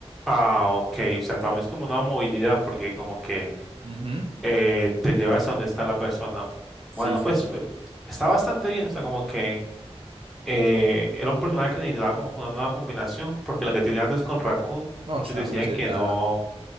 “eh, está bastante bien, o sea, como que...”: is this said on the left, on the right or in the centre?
Centre